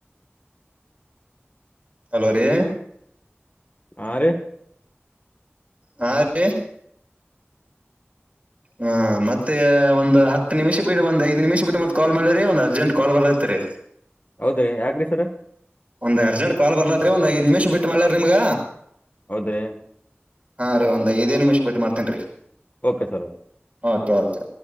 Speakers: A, on the right (about 30°); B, on the left (about 40°).
A: ಹಲೋ ರೀ
B: ಹಾ ರೀ
A: ಹಾಂ ರೀ ಹಾ ಮತ್ತೆ ಒಂದ್ ಹತ್ತು ನಿಮಿಷ ಬಿಟ್ಟ ಒಂದ್ ಐ್ ನಿಮಿಷ್ ಬಿಟ್ಟು ಮತ್ತ ಕಾಲ್ ಮಾಡಿರಿ ಒ್ ಅರ್ಜೆಂಟ್ ಕಾಲ್ ಬರ್ಲಾಗ್ತರಿ
B: ಹೌದ್ರಿ ಯಾಕ್ರಿ ಸರ
A: ಒಂದ್ ಅರ್ಜಂಟ್ ಕಾಲ್ ಬರ್ಲಾತ್ರಿ ಒಂದ್ಐ್ ನಿಮಿಷ ಬಿಟ್ಟು ಮಾಡ್್ಯಾರ ನಿಮಗ
B: ಹೌದ್ರೀ
A: ಹಾಂ ಒಂದ್ಐದೇ ನಿಮಿಷ ಬಿಟ್ಟಿ ಮಾಡ್ತೇನ್
B: ಓಕೆ ಸರ್ೆ
A: ಓಕೆ ಓಕೆ